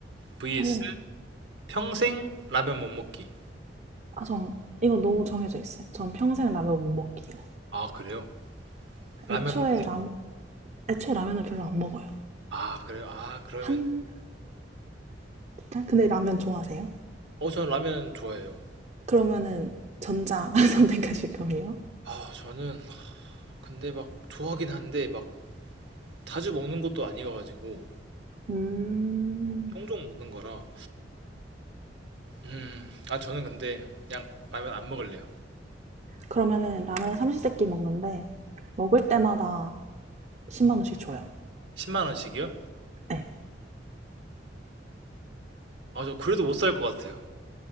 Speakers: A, on the right; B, on the right.
A: vs
B: 오,
A: 평생 라면 못 먹기.
B: 아, 전 이거 너무 정해져 있어요. 전 평생 라면 못 먹기요.
A: 아, 그래요? 라면으로.
B: 애초에 라, 애초에 라면을 별로 안 먹어요.
A: 아, 그래요? 아, 그러면
B: 한, 달? 근데 라면 좋아하세요?
A: 어, 저는 라면 좋아해요.
B: 그러면은 전자 <laughs> 선택하실 거예요?
A: 아, 저는 근데 막 좋아하긴 한데 막 자주 먹는 것도 아니어가지고
B: 음,
A: 종종 먹는 거라. 음, 아, 저는 근데 그냥 라면 안 먹을래요.
B: 그러면은 라면 삼시세끼 먹는데, 먹을 때마다 10만 원씩 줘요.
A: 10만 원씩이요?
B: 네.
A: 아, 저 그래도 못 살 것 같아요.